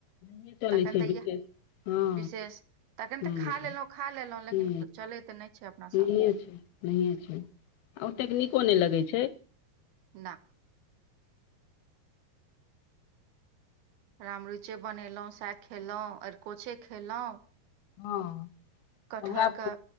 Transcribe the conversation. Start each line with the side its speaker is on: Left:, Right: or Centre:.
Left: नहिए चलै
Right: तखन
Left: छै
Right: तऽ
Left: विशेष
Right: इएह
Left: हँ
Right: विशेष तखन
Left: हँ
Right: तऽ खा लेलहुँ खा लेलहुँ लेकिन
Left: हुँ
Right: चलै तऽ नहि छै अपना
Left: नहियें
Right: सभमे
Left: छै नहिए छै आ ओतेक नीको नय लगै छै।
Right: ना राम रुचि बनेलों सएह खेलौं एरकोंचें खेलौं
Left: हँ
Right: कटहरके
Left: हमरा